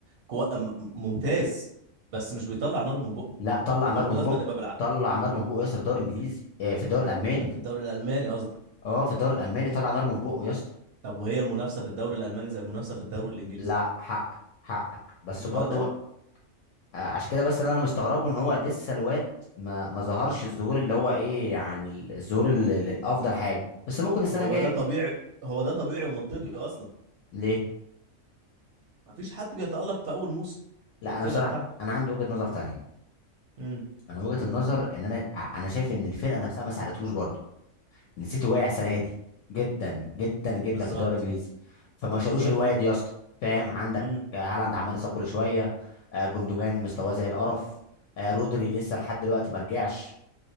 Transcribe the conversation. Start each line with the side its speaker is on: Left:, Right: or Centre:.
Right: كو... م- ممتاز بس مش بيطلع نار من بقه
Left: لا طلع
Right: واحنا
Left: نار
Right: برضو
Left: من
Right: لازم
Left: بقه
Right: نبقى بالعقل
Left: طلع نار من بقه يا اسطى في الدوري الانجليزي آه، في الدوري الالماني
Right: في الدوري الالماني قصدي
Left: اه في الدوري الالماني طلع نار من بقه يا اسطى
Right: طب وهي المنافسه في الدوري الالماني زي المنافسه في الدوري الانجليزي
Left: فلا حقك حقك بس برضو
Right: ما ده
Left: آه، عشان كده بس اللي انا مستغربه ان هو لسه الواد ما ما ظهرش الظهور اللي هو ايه يعني الظهور ال- ال- الافضل حاجه بس ممكن السنه
Right: هو
Left: الجايه
Right: ده طبيعي هو ده طبيعي ومنطقي اصلا
Left: ليه
Right: ما فيش حد بيتالق في اول موسم
Left: لا
Right: في الفرقه
Left: انا بصراحه
Right: بتاعته
Left: انا عندي وجهه نظر تانية
Right: امم
Left: انا وجهه النظر ان انا انا شايف ان الفرقه نفسها ما ساعدتهوش برضو السيتي واقع السنه دي جدا جدا جدا
Right: بالظبط
Left: في الدوري الانجليزي فما شالوش
Right: بالظبط
Left: الواد يا اسطى فاهم عندك
Right: امم
Left: آه، هالاند عمال يصاب كل شويه آه، جندوجان مستواه زي القرف آه، رودري لسه لحد دلوقتي ما رجعش